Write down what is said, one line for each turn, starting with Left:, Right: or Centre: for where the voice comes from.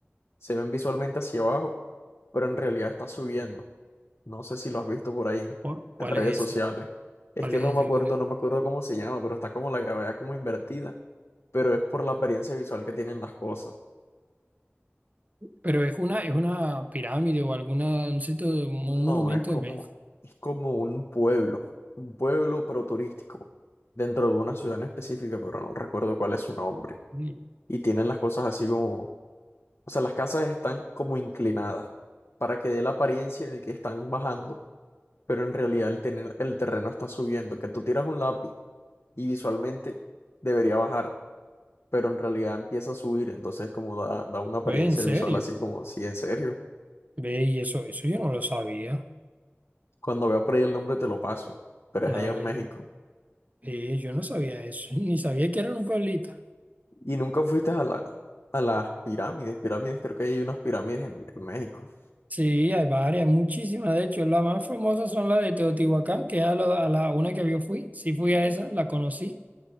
Left: se ven visualmente hacia abajo, pero en realidad está subiendo. No sé si lo has visto por ahí
Right: ¿Cu- ¿Cuál
Left: en redes
Right: es ese?
Left: sociales. Es
Right: ¿Cuál
Left: que
Right: es
Left: no me
Right: ese?
Left: acuerdo,
Right: ¿Cuál es?
Left: no me acuerdo cómo se llama, pero está como la gravedad como invertida, pero es por la apariencia visual que tienen las cosas.
Right: Pero es una, es una pirámide o alguna, un sitio, un
Left: No,
Right: monumento
Left: es como,
Right: de México.
Left: es como un pueblo, un pueblo pero turístico, dentro de una ciudad en específica, pero no recuerdo cuál es su nombre.
Right: Uy,
Left: Y tienen las cosas así como, o sea, las casas están como inclinadas para que dé la apariencia de que están bajando, pero en realidad el, tener- el terreno está subiendo, que tú tiras un lápiz y visualmente debería bajar, pero en realidad empieza a subir, entonces como da, da una apariencia
Right: Ve, en serio.
Left: visual así como, sí, en serio.
Right: Ve, y eso, eso yo no lo sabía.
Left: Cuando veo por ahí el nombre te lo paso, pero es
Right: Dale.
Left: allá en México.
Right: Ve, yo no sabía eso, <laughs> ni sabía que era en un pueblito.
Left: Y nunca fuiste a la, a las pirámides, pirámides, creo que hay unas pirámides en, en México.
Right: Sí, hay varias, muchísimas. De hecho, las más famosas son las de Teotihuacán, que es a, lo- a la una que yo fui. Sí fui a esa, la conocí